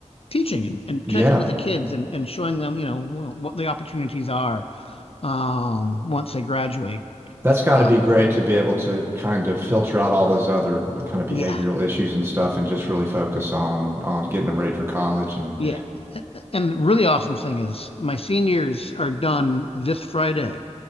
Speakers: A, on the left; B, on the right.
A: teaching and, and
B: Yeah.
A: connecting with the kids and, and showing them, you know, what the opportunities are um, once they graduate.
B: That's got
A: Uh,
B: to be great to be able to kind of filter out all those other kind of behavioral
A: yeah.
B: issues and stuff and just really focus on on getting them ready for college and
A: Yeah. And the really awesome thing is my seniors are done this Friday.